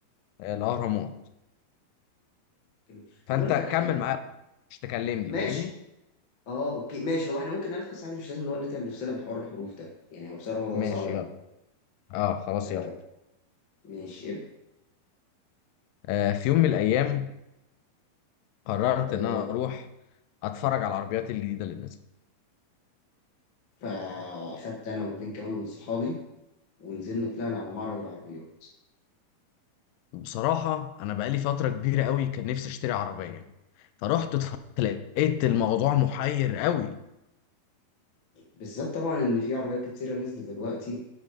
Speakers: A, on the left; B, on the left.
A: آه، الاهرامات
B: جميل.
A: فانت
B: طب اقول لك على حاجه
A: كمل معايا مش تكلمني
B: ماشي
A: فاهمني
B: اه اوكي ماشي هو احنا ممكن نعرف قصه عادي مش لازم نقول نتعب نفسنا بحوار الحروف ده يعني هو بصراحه الموضوع
A: ماشي
B: صعب قوي
A: يلا اه خلاص
B: آه
A: يلا
B: ماشي ابدا
A: آه في يوم من الايام قررت
B: آه،
A: ان انا اروح اتفرج على العربيات الجديده اللي نزلت
B: فاخدت انا واتنين كمان من صحابي ونزلنا طلعنا على معرض العربيات
A: بصراحه انا بقالي فتره كبيره قوي كان نفسي اشتري عربيه فرحت اتفرجت لقيت الموضوع محير قوي
B: بالذات طبعا ان في عربيات كتيره نازله دلوقتي